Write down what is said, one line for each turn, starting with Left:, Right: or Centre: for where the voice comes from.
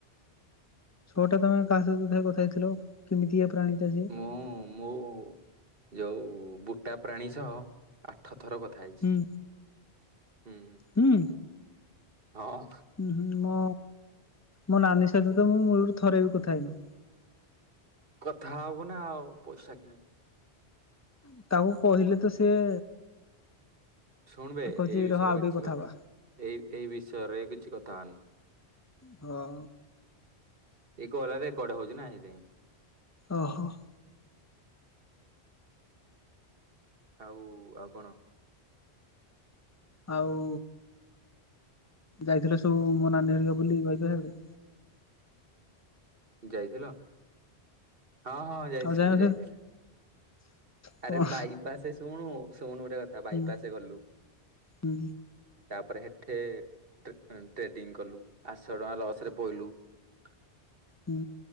Left: ଛଅଟା ତମେ କାହା ସହିତ କଥା ହେଇଥିଲ କେମିତିକା ପ୍ରାଣି ଟା ସିଏ?
Right: ମୁଁ ମୁଁ ଯୋଉ ବୁଟା ପ୍ରାଣୀ ସହ ଆଠ ଥର କଥା ହେଇଛି
Left: ହୁଁ
Right: ହୁଁ।
Left: ହୁଁ।
Right: ହଁ।
Left: ହୁଁ ହୁଁ ମୁଁ ମୋ ନାନୀ ସହିତ ତ ମୁଁ ମୂଳରୁ ଥରେ ବି କଥା ହେଇନି?
Right: କଥା ହବୁ ନା ଆଉ ପଇସା କେମିତି ପାଇବୁ।
Left: ଉଁ ତାକୁ କହିଲେ ତ ସିଏ?
Right: ଶୁଣିବେ
Left: କହୁଛି
Right: ଏଇ ବିଷୟରେ
Left: ରହ ଆଉ
Right: କିଛି
Left: ଟିକେ କଥା
Right: କଥାହଅନି
Left: ହବା
Right: ଏଇ ଏଇ ବିଷୟରେ କିଛି କଥା ହନି।
Left: ହଁ।
Right: ଏଇ କଲ୍ ରା ରେକର୍ଡ ହଉଛି ନା ସେଥିପାଇଁ?
Left: ଓହୋ।
Right: ଆଉ ଆଉ କଣ?
Left: ଆଉ। ଯାଇଥିଲେ ସବୁ ମୋ ନାନୀ ହରିକା ବୁଲି <unintelligible>
Right: ଯାଇଥିଲ? ହଁ ହଁ ଯାଇଥିଲୁ
Left: ଆଉ ଯାଇ ନଥିଲ?
Right: ଯାଇଥିଲୁ।
Left: କଣ
Right: ଆରେ ବାଇପାସେ ଶୁଣୁ ଶୁଣୁ ଗୋଟେ କଥା ବାଇପାସେ
Left: ହୁଁ
Right: ଗଲୁ
Left: ହୁଁ
Right: ତାପରେ ହେଠେ ଟେ ଟ୍ରେଡିଙ୍ଗ କଲୁ ଆଠଶ ଟଙ୍କା ଲସରେ ପଇଲୁ। <inaudible>
Left: ହୁଁ।